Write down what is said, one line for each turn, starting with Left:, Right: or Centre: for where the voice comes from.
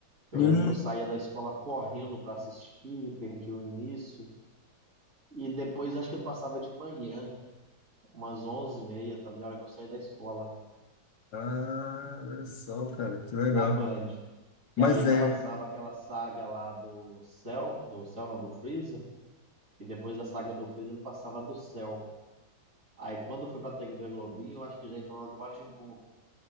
Right: Eu
Left: Hum,
Right: lembro que eu saía da escola correndo para assistir, perdi o início. E depois acho que ele passava de manhã, umas onze e meia também, a hora que eu saí da escola,
Left: Ah, olha só, cara, que legal.
Right: na Band. Que
Left: Mas
Right: aí ele
Left: é.
Right: passava aquela saga lá do Cell, do Cell não, do Freeza. E depois da saga do Freeza ele passava do Cell. Aí quando foi pra TV Globinho, eu acho que já entrou na do Majin Buu.